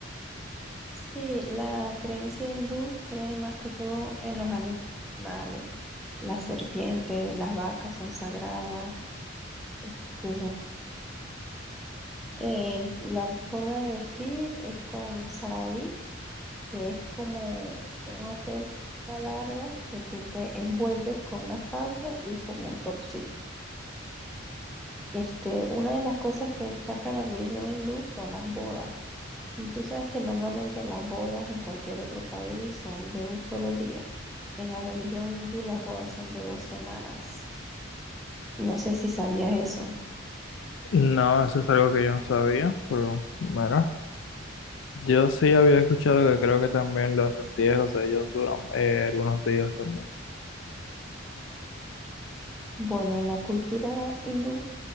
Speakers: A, in the centre; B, on the left.
A: Sí, la creencia hindú cree más que todo en los anim- animales. Las serpientes, las vacas son sagradas. Este, el- la forma de vestir es con sari, que es como una tela larga que tú te envuelves con una falda y como un topsito. Este, una de las cosas que destaca en la religión hindú son las bodas. Tú sabes que normalmente las bodas en cualquier otro país son de un solo día. En la religión hindú las bodas son de dos semanas. No sé si sabías eso.
B: No, eso es algo que yo no sabía, pero bueno, yo sí había escuchado que creo que también los entierros de ellos duran eh, algunos días también.
A: Bueno, en la cultura hindú,